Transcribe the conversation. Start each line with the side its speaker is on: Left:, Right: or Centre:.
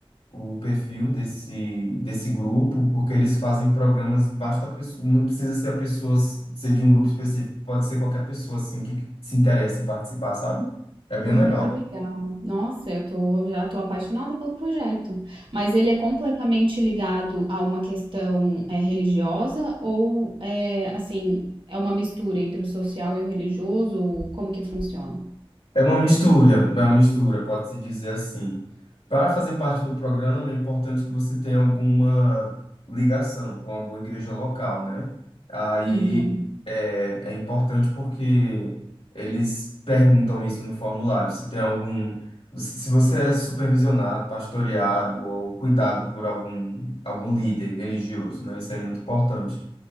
Left: o perfil desse desse grupo, porque eles fazem programas, basta a pessoa, não precisa ser a pessoa ser de um grupo específico, pode ser qualquer pessoa assim que se interessa em participar, sabe? É bem
Right: Ah,
Left: legal.
Right: que legal. Nossa, eu tô, já tô apaixonada pelo projeto. Mas ele é completamente ligado a uma questão é, religiosa ou é assim, é uma mistura entre o social e o religioso? Ou como que funciona?
Left: É uma mistura, é uma mistura, pode-se dizer assim. Para fazer parte do programa, é importante que você tenha alguma ligação com alguma igreja local, né? Aí
Right: Uhum.
Left: é, é importante porque eles perguntam isso no formulário, se tem algum, se se você é supervisionado, pastoreado ou cuidado por algum, algum líder religioso, né? Isso é muito importante